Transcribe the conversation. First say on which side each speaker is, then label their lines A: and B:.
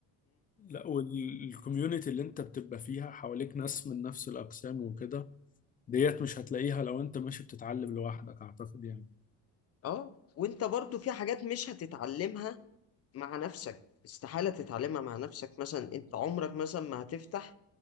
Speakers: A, on the left; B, on the left.
A: لا والكوميونتي اللي انت بتبقى فيها حواليك ناس من نفس الاقسام وكده ديت مش هتلاقيها لو انت ماشي بتتعلم لوحدك اعتقد يعني
B: اه وانت برضو في حاجات مش هتتعلمها مع نفسك استحالة تتعلمها مع نفسك مثلا انت عمرك مثلا ما هتفتح